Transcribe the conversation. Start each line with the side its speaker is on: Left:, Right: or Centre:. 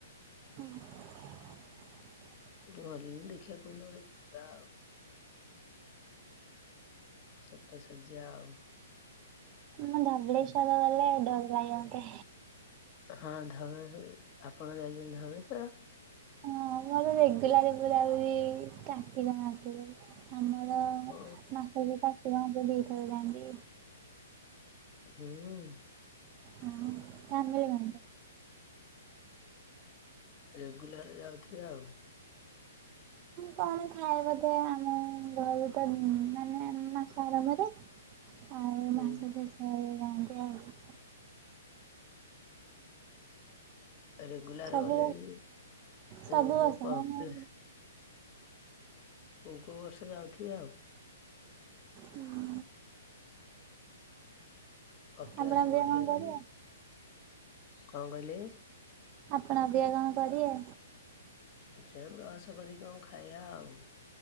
Right: ହଁ।
Left: ଗଲେ ଦେଖିଆ କୋଦିନ ଗୋଟେ ଯିବା ଆଉ। ସତସର୍ଯ୍ୟା ଆଉ
Right: ଆମ ଧବଳେଶ୍ଵର ଗଲେ ଡର ଲାଗନ୍ତେ।
Left: ହଁ ଧବଳେଶ ଆପଣ ଯାଇଚନ୍ତି ଧବଳେଶ୍ଵର
Right: ହଁ ମୋର ରେଗୁଲାର ବୁଲାବୁଲି କାର୍ତ୍ତିକ ମାସରେ। ଆମର
Left: ଓ
Right: ମାସଜ ଚାଷୀ ମାନେ ଦି ଥର ଯାଆନ୍ତି।
Left: ହୁଁ।
Right: ହଁ ଫାମିଲି ମେମ୍ବର।
Left: ରେଗୁଲାର ଯାଉଥିବେ ଆଉ।
Right: କଣ ଖାଏ ବୋଧେ ଆମ ଘରେ ତ ମାନେ ମାସ ଆରମ୍ଭରେ ଆଉ
Left: ହୁଁ
Right: ମାସନ୍ତି ଆଉ ଯାଆନ୍ତି ଆଉ।
Left: ରେଗୁଲାର୍
Right: ସବୁ
Left: ଗଲେ ବି
Right: ସବୁ
Left: ଏ ଯୋଉ
Right: ବର୍ଷ
Left: କପିଳାସ
Right: ମାନେ
Left: କୋଉ କୋଉ ବର୍ଷ ଯାଉଥିବେ ଆଉ।
Right: ହୁଁ।
Left: କପିଳାସ
Right: ଆପଣ ଅବିକା
Left: ବଢିଆନା
Right: କଣ କରିବେ
Left: କଣ କହିଲେ?
Right: ଆପଣ ଆଜି ବି କଣ କରିବେ?
Left: ଦେଖିଆ ବ୍ରସ କରିକି କଣ ଖାଇଆ ଆଉ।